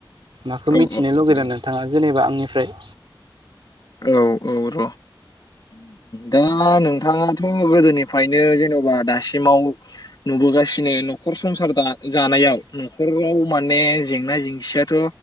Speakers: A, on the right; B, on the left.
A: माखौ
B: औ
A: मिथिनो
B: औ औ
A: लुगैदों
B: जागोन
A: नोंथाङा जेनेबा आंनिफ्राय?
B: औ औ र दा नोंथाङाथ' गोदोनिफ्रायनो जेनबा दासिमाव नुबोगासिनो न'खर संसार दाना जानायाव नख'राव माने जेंना जेंसियाथ'